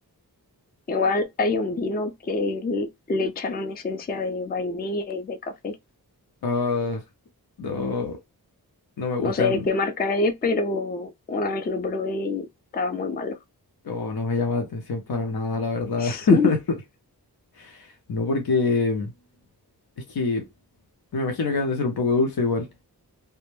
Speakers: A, on the left (about 25°); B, on the left (about 70°).
A: Igual hay un vino que l- le echaron esencia de vainilla y de café.
B: Ah, no, no me gustan,
A: No sé de qué marca es, pero una vez lo probé y estaba muy malo.
B: o no me llama la atención para nada, la verdad.
A: <laughs>
B: <laughs> No porque es que me imagino que han de ser un poco dulce igual.